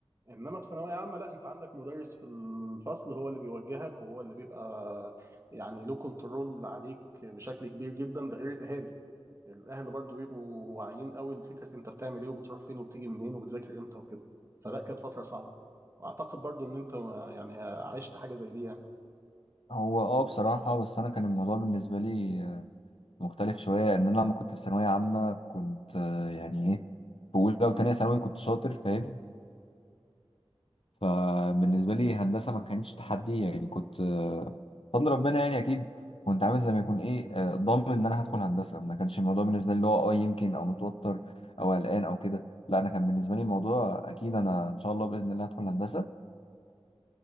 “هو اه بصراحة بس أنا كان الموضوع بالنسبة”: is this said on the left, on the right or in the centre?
Left